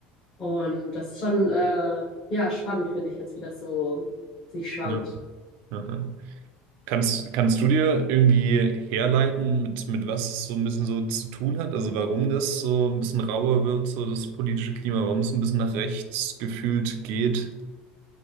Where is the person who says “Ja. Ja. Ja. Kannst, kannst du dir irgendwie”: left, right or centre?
Right